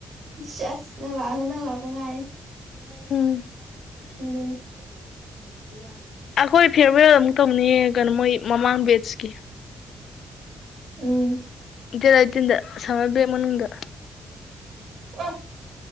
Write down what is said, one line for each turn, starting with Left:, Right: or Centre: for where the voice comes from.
Right: ꯑꯁ ꯅꯪ ꯂꯥꯛꯑꯒ ꯅꯪ ꯂꯥꯛꯄ ꯉꯥꯏꯔꯤꯅꯦ
Left: ꯎꯝ
Right: ꯑꯗꯨꯅ‌ꯤ
Left: ꯑꯩꯈꯣꯏ ꯐꯤꯌꯔꯋꯦꯜ ꯑꯃꯨꯛ ꯇꯧꯅꯤꯌꯦ ꯀꯩꯅꯣ ꯃꯣꯏ ꯃꯃꯥꯡ ꯕꯦꯠꯁꯀꯤ
Right: ꯎꯝ
Left: ꯗꯦꯠ ꯑꯦꯠꯇꯤꯟꯗ ꯁꯥꯃꯔꯕꯔ‌ꯦꯛ ꯃꯅꯨꯡꯗ
Right: ꯑ